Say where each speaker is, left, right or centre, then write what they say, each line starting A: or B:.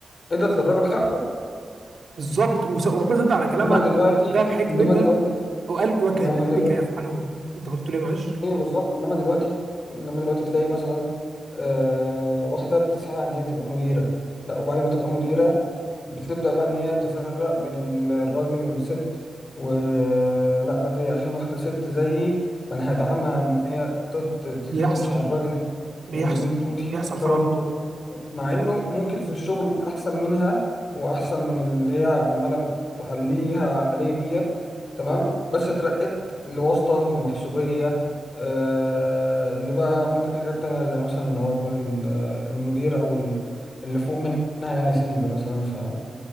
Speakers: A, on the left; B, on the right.
A: ادت للرجل حقه
B: بالظبط وس- وربنا صدق على كلامها
A: انما دلوقتي
B: ده بحكمتها
A: انما دلوقتي
B: وقال وكذلك
A: انما دلوقتي
B: يفعلون أنت كنت بتقول إيه معلش؟
A: ايوه بالظبط انما دلوقتي انما دلوقتي تلاقي مثلا آه، واحده بتسعى ان هي تبقى مديره لا وبعد ما تبقى مديره بتبدا بقى ان هي تفرق بين ال- الراجل والست ولا دي عشان واحده ست زيي فانا هدعمها ان هي ت- ت- ت- تدوس
B: يحصل
A: على الراجل
B: بيحصل
A: و- وت- وتهين
B: بيحصل فعلا
A: كرامته مع انه ممكن في الشغل احسن منها واحسن من اللي هي عماله بتعليها عليه ديت تمام بس اترقيت لواسطه لمحسوبيه آه اللي بقى ممكن حاجات تانية زي مثلا ان هو يكون ال- المدير او ال- اللي فوق منها يعني سنب مثلا ف